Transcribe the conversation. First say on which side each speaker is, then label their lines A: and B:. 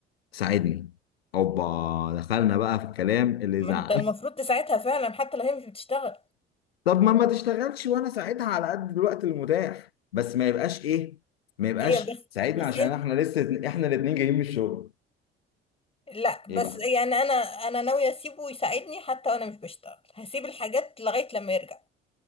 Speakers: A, on the left; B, on the left.
A: ساعدني اوبا دخلنا بقى في الكلام اللي
B: ما
A: يزعل
B: انت المفروض
A: <laughs>
B: تساعدها فعلا حتى لو هي مش بتشتغل
A: طب ما ما تشتغلش وانا ساعدها على قد الوقت المتاح بس ما يبقاش ايه ما يبقاش
B: ايوه بس
A: ساعدنا
B: بس
A: عشان
B: انت
A: احنا لسه احنا الاتنين جايين من الشغل
B: لا بس
A: ايه بقى
B: يعني انا انا ناوية اسيبه يساعدني حتى وانا مش بشتغل هسيب الحاجات لغاية لما يرجع